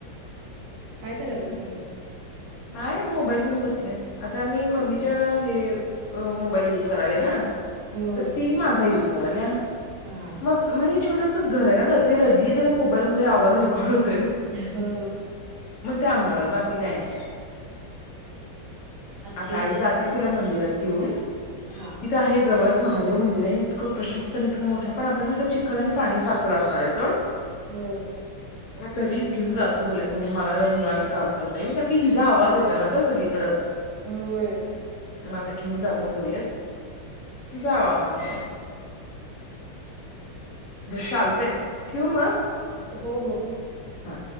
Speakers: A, on the right; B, on the left.
A: काय करायलय
B: मग
A: सर्वजण?
B: हाय मोबाईल घेऊन बसल्या. आता मी मम्मीच्या
A: हम्म
B: हे मोबाईल युज करायले ना.
A: हो
B: तर ती माझा युज करालिया
A: हा
B: मग म छोटसं च घर आहे ना ग. ती रडली तरी मोबाईल मध्ये आवाज रेकॉर्ड होतोय.
A: हो.
B: त्यामुळे बाकी काही नाही.
A: आत्ती
B: आता आई जातील तिला मंदिर रात घेऊन.
A: हा
B: इथं आहे जवळचं महादेव मंदिर आहे. इतकं प्रशस्त इतकं मोठं आहे, पण आता तिथं चिखल आणि पाणी साचलं असणार आहे असं.
A: हम्म.
B: मग तरीच घेऊन जातो बोललेत म्हणजे मला निवांत काम करता येईल, कारण की हिचा आवाज येत येतो ना ग सगळीकड.
A: होय
B: मग आता घेऊन जातो बोललेत. जावा म्हटलं. चालतय, ठेवू मग?
A: हो हो.
B: हा.